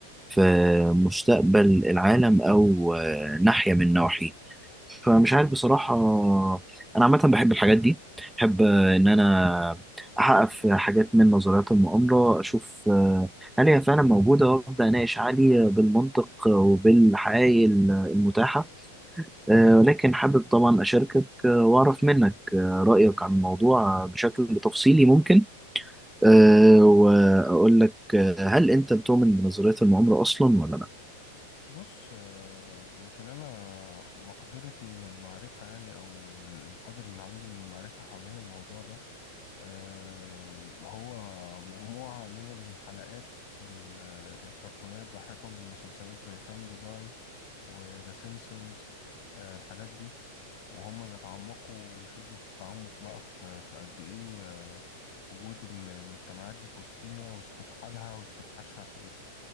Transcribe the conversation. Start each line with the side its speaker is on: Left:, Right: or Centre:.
Centre: في مستقبل العالم أو آه، ناحية من نواحيه فمش عارف بصراحة أنا عامة بحب الحاجات دي بحب آه، إن أنا أحقق في حاجات من نظريات المؤامرة أشوف آه، هل هي فعلا موجودة وأبدأ أناقش علي بالمنطق وبالحقائق المتاحة آه، ولكن حابب طبعا أشاركك آه، وأعرف منك آه، رأيك عن الموضوع بشكل تفصيلي ممكن آه، وأقول لك آه، هل أنت بتؤمن بنظريات المؤامرة أصلا ولا لأ؟
Left: بص آه، يمكن انا مقدرتي من المعرفه يعني او القدر اللي عندي من المعرفه حوالين الموضوع ده آه، هو مجموعه من الحلقات ال- الكرتونات ضاحكه من مسلسلات زي فاميلي جاي وذا سيمبسونز الحاجات دي وهم بيتعمقوا شده التعمق بقى في في قد ايه آه، وجود ال- المجتمعات دي في وسطينا واستفحالها واستفحاشها في